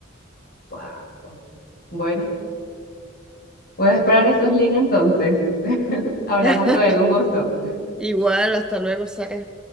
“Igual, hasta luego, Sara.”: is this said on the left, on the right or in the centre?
Centre